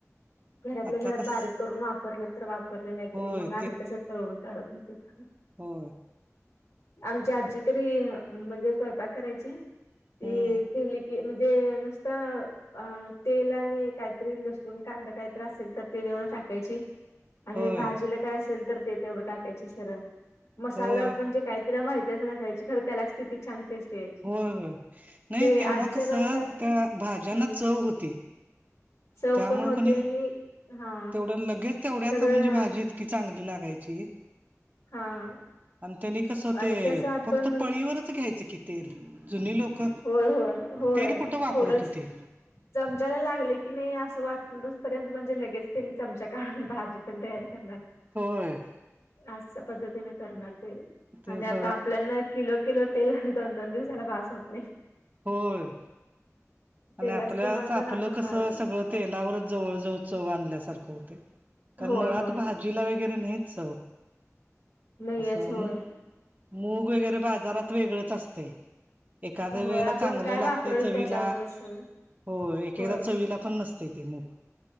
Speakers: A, on the left; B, on the right.
A: घरातल्या
B: आता
A: घरात
B: कस
A: बारीक करून वापरले तर वापरले नाहीतरी
B: होय
A: मग आहे तस तळून काढत होतीत.
B: हो.
A: आमच्या आजची तरी म्हणजे स्वयंपाक करायची
B: हम्म
A: ते केली की म्हणजे नुसता अ तेल आणि काहीतरी लसूण कांदा काहीतरी असेल तर ते तेवढ टाकायची आणि
B: होय
A: भाजीला काय असेल तर ते तेवढं टाकायचे सरळ मसाला
B: होय
A: म्हणजे काय िला माहितच नसायची खर त्यालाच किती छान टेस्ट यायची.
B: होय होय नाही
A: ते
B: तेव्हा
A: आधीच्या
B: कसं
A: बायकांचे
B: त्या भाज्यांना
A: हम्म
B: चव होती.
A: चव
B: त्यामु
A: पण होती
B: कोणी
A: आणि हा
B: तेवढं लगेच तेवढ्याच
A: सगळं
B: म्हणजे भाजी इतकी चांगली लागायची
A: हा.
B: आणि त्यांनी कसं
A: आणि
B: ते
A: कसं आपण
B: फक्त पळीवरच घ्यायचं कि तेल जुनी लोक
A: होय होय होय
B: तेल कुठं वापरत
A: थोडंच
B: होते.
A: चमचाला लागले की नाही असं वाटोसपर्यंत म्हणजे लगेच त्यांनी चमचा काढून भाजी पण तयार करणार.
B: होय.
A: अस पद्धतीने करणार तेनी
B: तेच
A: आणि आता आपल्याना किलो किलो तेलंत तो दोन दिवसाला बास होत नाही.
B: होय आणि
A: तेलाच
B: आपल्याच
A: प्रमाण
B: आपलं
A: पण आपण
B: कसं
A: वाढलं
B: सगळं तेलावरच जवळवळ चव आणल्या होतय कारण
A: होय
B: मुळात
A: होय
B: भा जिला वगैरे नाहीच
A: नाहीयच
B: असं
A: होय
B: म मूग वगैरे बाजारात वेगळच असते एखाद्या
A: होय
B: वेळेला
A: आपण
B: चांगलं
A: काय
B: लागतय
A: वापरल
B: चवीला
A: त्याच्यावरच सगळं
B: हो एकदा
A: होय
B: चवीला
A: होय
B: पण नसतेय ते मूग